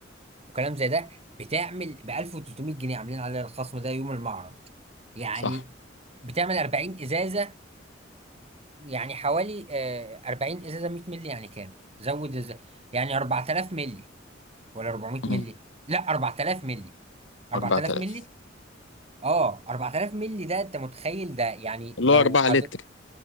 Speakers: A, on the right (about 35°); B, on the left (about 70°).
A: وكلام زي ده بتعمل ب 1300 جنيه عاملين عليها الخصم ده يوم المعرض يعني
B: صح
A: بتعمل 40 ازازه يعني حوالي آه، 40 ازازه 100 مللي يعني كام؟ زود ازازه يعني 4000 مللي ولا 400
B: مم،
A: مللي؟ لا 4000 مللي 4000
B: 4000
A: مللي؟ اه 4000 مللي ده انت متخيل ده يعني
B: اللي
A: لو
B: هو 4
A: حضر
B: لتر